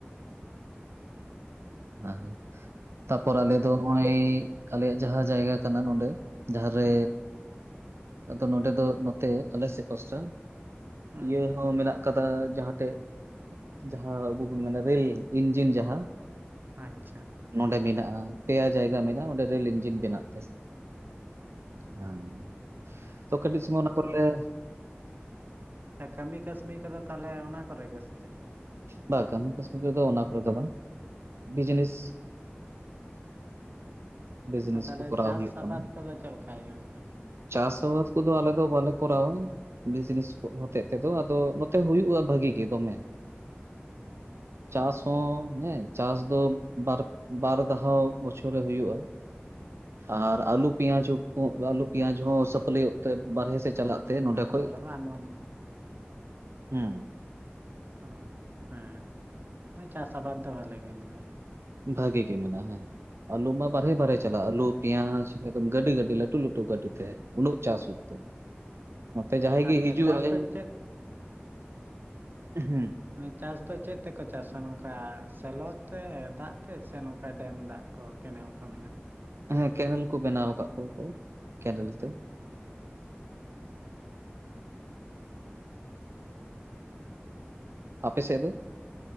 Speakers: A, on the right (about 50°); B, on the right (about 80°).
A: ᱦᱩᱸ
B: ᱱᱟᱜ, ᱛᱟᱯᱚᱨ ᱟᱞᱮ ᱫᱚ ᱱᱚᱜᱼᱚᱭ ᱟᱞᱮᱭᱟᱜ ᱡᱟᱦᱟᱸ ᱡᱟᱭᱜᱟ ᱠᱟᱱᱟ ᱱᱚᱰᱮ᱾ ᱡᱟᱦᱟᱸᱨᱮ
A: ᱦᱩᱸ
B: ᱟᱫᱚ ᱱᱚᱰᱮ ᱫᱚ ᱱᱚᱛᱮ ᱟᱞᱮᱥᱮᱫ ᱯᱟᱥᱴᱟ᱾
A: ᱦᱩᱸ
B: ᱤᱭᱟᱹ ᱦᱚᱸ ᱢᱮᱱᱟᱜ ᱠᱟᱫᱟ ᱡᱟᱦᱟᱸᱛᱮ ᱡᱟᱦᱟᱸ ᱟᱵᱚ ᱵᱚᱱ ᱢᱮᱱᱟ ᱨᱮᱹᱞ ᱤᱧᱡᱤᱱ ᱡᱟᱦᱟᱸ᱾
A: ᱟᱪᱪᱷᱟ᱾
B: ᱱᱚᱰᱮ ᱢᱮᱱᱟᱜ-ᱟ ᱯᱮᱭᱟ ᱡᱟᱭᱜᱟ ᱢᱮᱱᱟᱜᱼᱟ ᱚᱸᱰᱮ ᱨᱮᱹᱞ ᱤᱧᱡᱤᱱ ᱵᱮᱱᱟᱜ ᱛᱮ᱾ ᱦᱮᱸ, ᱛᱚ ᱠᱟᱹᱴᱤᱡ ᱥᱚᱢᱚᱭ ᱚᱱᱟ ᱠᱚᱨᱮ ᱞᱮ
A: ᱟᱪᱪᱷᱟ ᱠᱟᱹᱢᱤ ᱠᱟᱹᱥᱱᱤ ᱠᱚᱫᱚ ᱛᱟᱦᱞᱮ ᱚᱱᱟ ᱠᱚᱨᱮ ᱜᱮ ᱥᱮ ᱪᱮᱫ?
B: ᱵᱟ, ᱠᱟᱹᱢᱤ ᱠᱟᱹᱥᱱᱤ ᱨᱮᱫᱚ ᱚᱱᱟ ᱠᱚᱨᱮ ᱫᱚ ᱵᱟᱝ ᱵᱤᱡᱱᱮᱥ᱾
A: ᱚ,
B: ᱵᱤᱡᱽᱱᱮᱥ
A: ᱟᱨ ᱛᱟᱦᱞᱮ
B: ᱠᱚ ᱠᱚᱨᱟᱣ
A: ᱪᱟᱥ
B: ᱦᱩᱭᱩᱜ ᱠᱟᱱᱟ
A: ᱟᱵᱟᱫ ᱠᱚᱫᱚ ᱪᱮᱫ ᱞᱮᱠᱟ ᱦᱩᱭᱩᱜ-ᱟ ᱚᱱᱛᱮ?
B: ᱪᱟᱥ ᱟᱵᱟᱫ ᱠᱚᱫᱚ ᱟᱞᱮ ᱫᱚ ᱵᱟᱞᱮ ᱠᱚᱨᱟᱣᱟ᱾ ᱵᱤᱡᱽᱱᱮᱥ ᱠᱚ ᱦᱚᱛᱮᱡ ᱛᱮᱫᱚ ᱟᱫᱚ ᱱᱚᱛᱮ ᱦᱩᱭᱩᱜ-ᱟ ᱵᱷᱟᱹᱜᱤ ᱜᱮ ᱫᱚᱢᱮ᱾ ᱪᱟᱥ ᱦᱚᱸ ᱦᱮᱸ ᱪᱟᱥ ᱫᱚ᱾ ᱵᱟᱨ, ᱵᱟᱨ ᱫᱷᱟᱣ ᱵᱚᱪᱷᱚᱨ ᱨᱮ ᱦᱩᱭᱩᱜ-ᱟ᱾ ᱟᱨ ᱟᱞᱩ, ᱯᱮᱸᱭᱟᱡᱽ <unintelligible> ᱟᱞᱩ ᱯᱮᱸᱭᱟᱡᱽ ᱦᱚᱸ ᱥᱟᱯᱞᱟᱹᱭᱚᱜ ᱛᱮ ᱵᱟᱨᱦᱮ ᱥᱮᱫ ᱪᱟᱞᱟᱜ ᱛᱮ ᱱᱚᱰᱮ
A: ᱢᱟᱱᱮ
B: ᱠᱷᱚᱡ
A: ᱫᱷᱚᱨᱚᱱ ᱦᱚᱸ ᱟᱨ ᱱᱚᱣᱟ
B: ᱦᱩᱸ᱾
A: ᱚ, ᱦᱮᱸ ᱦᱮᱸ ᱪᱟᱥ ᱟᱵᱟᱫᱽ ᱫᱚ ᱵᱷᱟᱞᱤ ᱜᱮ ᱢᱮᱱᱟᱜ-ᱟ᱾
B: ᱵᱷᱟᱜᱤ ᱜᱮ ᱢᱮᱱᱟᱜ-ᱟ ᱦᱮᱸ᱾ ᱟᱞᱩ ᱢᱟ ᱵᱟᱨᱦᱮ
A: ᱢᱮᱱᱟᱜᱼᱟ᱾
B: ᱵᱟᱨᱦᱮ ᱪᱟᱞᱟᱜᱼᱟ ᱟᱞᱩ, ᱯᱮᱸᱭᱟᱡᱽ ᱮᱠᱫᱚᱢ ᱜᱟᱹᱰᱤ ᱜᱟᱹᱰᱤ ᱞᱮ ᱞᱟᱹᱴᱩ ᱞᱟᱹᱴᱩ ᱜᱟᱹᱰᱤᱛᱮ᱾ ᱩᱱᱟᱹᱜ ᱪᱟᱥ ᱦᱩᱭᱩᱜ ᱛᱮ, ᱱᱚᱛᱮ ᱡᱟᱦᱟᱸᱭ
A: ᱟᱪᱪᱷᱟ
B: ᱜᱮ ᱦᱤᱡᱩᱜ-ᱟᱭ
A: ᱪᱟᱥ ᱫᱚ ᱪᱮᱫ
B: ᱦᱩᱸ᱾
A: ᱦᱩᱸ, ᱪᱟᱥ ᱫᱚ ᱪᱮᱫ ᱛᱮᱠᱚ ᱪᱟᱥᱟ ᱱᱚᱝᱠᱟ ᱥᱮᱞᱚ ᱛᱮ ᱫᱟᱜ ᱛᱮ ᱥᱮ ᱱᱚᱝᱠᱟ ᱰᱮᱢ ᱫᱟᱜ? ᱠᱚ ᱠᱮᱱᱮᱞ ᱠᱚ ᱢᱮᱱᱟᱜ-ᱟ?
B: ᱦᱮᱸ ᱠᱮᱱᱮᱞ ᱠᱚ ᱵᱮᱱᱟᱣ ᱠᱟᱜ ᱠᱚᱣᱟ ᱠᱚ, ᱠᱮᱱᱮᱞ ᱛᱮ᱾
A: ᱚ ᱦᱩᱸ᱾
B: ᱟᱯᱮ ᱥᱮᱫ ᱫᱚ?